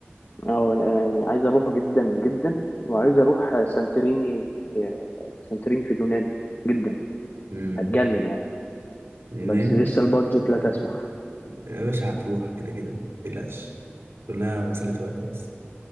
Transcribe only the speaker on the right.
مم.
اليونان
اه،
يا باشا هتروح كده كده متقلقش كلها مسألة وقت بس